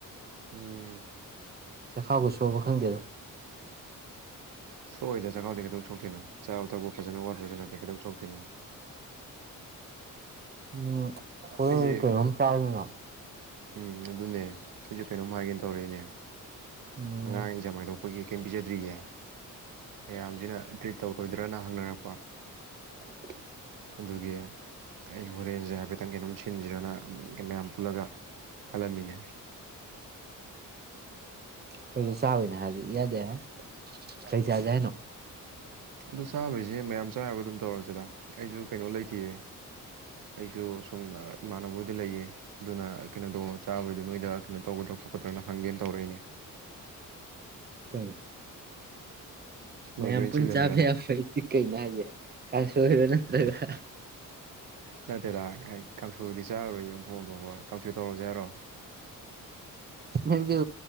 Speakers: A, on the right; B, on the right.
A: ꯎꯝ
B: ꯆꯈꯥꯎꯒ ꯁꯣꯛꯑꯕꯥ ꯈꯪꯗꯦꯗ
A: ꯁꯣꯛ ꯑꯣꯏꯗ ꯆꯈꯥꯎꯗꯤ ꯀꯩꯗꯧ ꯁꯣꯛꯇꯣꯏꯅꯣ ꯆꯥꯕ ꯊꯛꯄ ꯐꯖꯅ ꯋꯥꯠꯄꯁꯨ ꯅꯠꯇꯦ ꯀꯩꯗꯧ ꯁꯣꯛ ꯀꯩꯅꯣ
B: ꯎꯝ ꯍꯣꯔꯦꯟ
A: ꯑꯩꯁꯦ
B: ꯀꯩꯅꯣꯝ ꯆꯥꯖꯤꯅꯥ
A: ꯎꯝ ꯑꯗꯨꯅꯦ ꯑꯩꯁꯨ ꯀꯩꯅꯣꯝ ꯍꯥꯏꯒꯦꯅ ꯇꯧꯔꯛꯏꯅꯦ
B: ꯎꯝ
A: ꯑꯉꯥꯡ ꯏꯖꯝ ꯍꯥꯏꯗꯣꯛꯄꯒꯤ ꯀꯩꯝ ꯄꯤꯖꯗ꯭ꯔꯤꯌꯦ ꯃꯌꯥꯝꯁꯤꯅ ꯇ꯭ꯔꯤꯠ ꯇꯧꯔꯣꯏꯗ꯭ꯔꯅ ꯍꯪꯅꯔꯛꯄ
B: <inaudible>
A: ꯑꯗꯨꯒꯤ ꯑꯩ ꯍꯣꯔꯦꯟꯖꯦ ꯍꯥꯏꯐꯦꯠꯇꯪ ꯀꯩꯅꯝ ꯁꯤꯟꯖꯤꯔꯅ ꯃꯌꯥꯝ ꯄꯨꯜꯂꯒ ꯈꯜꯂꯝꯃꯤꯅꯦ
B: ꯈꯣꯏ ꯆꯕꯩꯅꯦ ꯍꯥꯏꯔꯗꯤ ꯏꯌꯥꯗꯥ ꯌꯥꯏ ꯀꯩ ꯆꯥꯖꯦ ꯍꯥꯏꯅꯣ
A: ꯑꯗꯣ ꯆꯥꯕꯩꯖꯦ ꯃꯌꯥꯝ ꯆꯥ ꯌꯥꯕꯥ ꯑꯗꯨꯝ ꯇꯧꯔꯁꯦ ꯗ ꯑꯩꯁꯨ ꯀꯩꯅꯣ ꯂꯩꯇꯤꯌꯦ ꯑꯩꯁꯨ ꯁꯨꯝ ꯏꯃꯥꯟꯅꯕꯣꯏꯗ ꯂꯩꯌꯦ ꯑꯗꯨꯅ ꯀꯩꯅꯣꯗꯧ ꯆꯥꯕꯩꯗꯣ ꯅꯣꯏꯗ ꯀꯩꯅꯣ ꯇꯧꯒꯗ꯭ꯔꯥ ꯈꯣꯠꯀꯗ꯭ꯔꯅ ꯍꯪꯒꯦꯅ ꯇꯧꯔꯛꯏꯅꯦ
B: ꯎꯝ ꯃꯌꯥꯝ
A: ꯅꯣꯏꯗ ꯑꯣꯏꯅ
B: ꯄꯨꯟꯆꯥꯕ
A: ꯁꯤꯜꯂꯁꯤꯔꯅ
B: ꯌꯥꯕ ꯍꯥꯏꯗꯤ ꯀꯩꯩꯅꯣ ꯍꯥꯏꯖꯦ ꯀꯥꯡꯁꯣꯏꯔꯣ ꯅꯠꯇ꯭ꯔꯒ
A: ꯅꯠ ꯇꯦꯗꯥ ꯑꯏ ꯀꯥꯡꯁꯣꯏꯕꯨꯗꯤ ꯆꯥꯔꯣꯏꯌꯦ ꯑꯣꯟꯊꯣꯛ ꯑꯣꯟꯊꯣꯛꯄ ꯀꯥꯡꯁꯣꯏ ꯇꯧꯔꯁꯤ ꯍꯥꯏꯔꯣ <inaudible>
B: ꯅꯪꯁꯨ